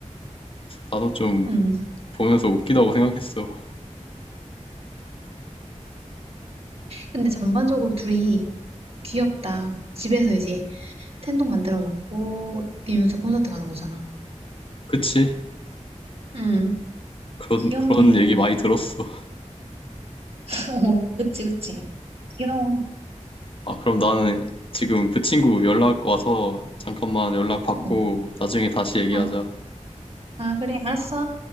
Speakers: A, on the left; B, on the right.
A: 나도 좀
B: 음.
A: 보면서 웃기다고 생각했어.
B: 근데 전반적으로 둘이 귀엽다. 집에서 이제 텐동 만들어 먹고 이문세 콘서트 가는 거잖아.
A: 그치?
B: 음.
A: 그런,
B: 귀엽네.
A: 그런 얘기 많이 들었어.
B: <laughs> 어, 그치, 그치. 귀여워.
A: 아, 그럼 나는 지금 그 친구
B: 응.
A: 연락 와서 잠깐만 연락 받고
B: 어,
A: 나중에 다시 얘기하자.
B: 어. 어. 아, 그래. 알았어.